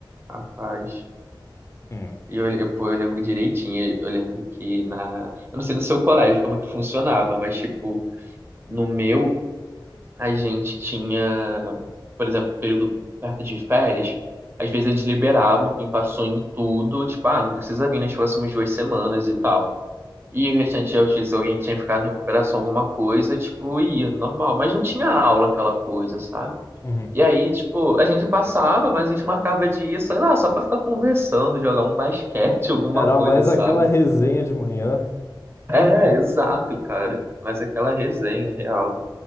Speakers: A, on the right; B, on the left.
A: Rapaz.
B: Hum,
A: E eu, eu, pô, eu lembro direitinho. Eu lembro que na. Eu não sei no seu colégio como que funcionava, mas, tipo, no meu a gente tinha, por exemplo, período perto de férias, às vezes eles liberavam quem passou em tudo, tipo, ah, não precisa vir nas próximas duas semanas e tal. E o restante, às vezes, alguém que tinha ficado em recuperação, alguma coisa, tipo, ia, normal. Mas não tinha aula, aquela coisa, sabe?
B: uhum.
A: E aí, tipo, a gente passava, mas a gente marcava de ir, sei lá, só pra ficar conversando, jogar um basquete, <laughs> alguma
B: Era
A: coisa,
B: mais
A: sabe?
B: aquela resenha de manhã.
A: É, exato, cara. Mas aquela resenha real.